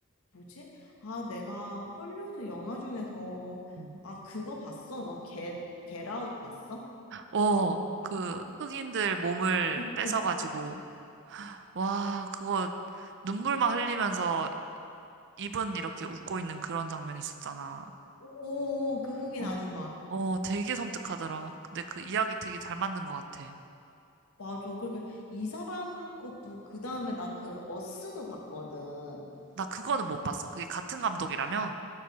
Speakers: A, on the left (about 70°); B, on the right (about 55°).
A: 뭐지? 아, 내가 헐리우드 영화 중에서
B: 음.
A: 아, 그거 봤어? 너 겟, 겟아웃 봤어?
B: 어, 그 흑인들 몸을
A: 어,
B: 뺏어가지고
A: 어,
B: 와, 그거 눈물만 흘리면서 입은 이렇게 웃고 있는 그런 장면이 있었잖아.
A: 오, 그 흑인
B: 어,
A: 아줌마.
B: 어, 되게 섬뜩하더라. 근데 그 이야기 되게 잘 만든 것 같아.
A: 맞아. 그러니까 이 사람 것도 그 다음에 나 그 어스도 봤거든.
B: 나 그거는 못 봤어. 그게 같은 감독이라며?